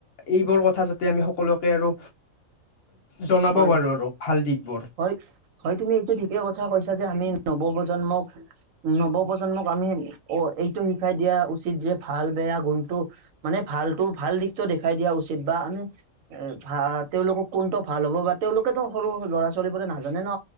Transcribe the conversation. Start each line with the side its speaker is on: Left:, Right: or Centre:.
Left: এইবোৰ কথা যাতে আমি সকলোকে আৰু। জনাব
Right: হয়
Left: পাৰো আৰু ভাল। দিশবোৰ
Right: হয় হয় তুমি এইটো ঠিকেই কথা কৈছা যে আমি নৱ প্ৰজন্মক। নৱপ্ৰজন্মক আমি অ এইটো শিকাই দিয়া উচিত যে ভাল বেয়া। গুণটো মানে ভাল টো ভাল দি। দেখাই দিয়া উচিত বা, আমি এ ভা তেওঁলোকক কোনটো ভাল হ'ব বা তেওঁলোকেতো সৰু ল'ৰা- ছোৱালী বোৰে নাজানে ন,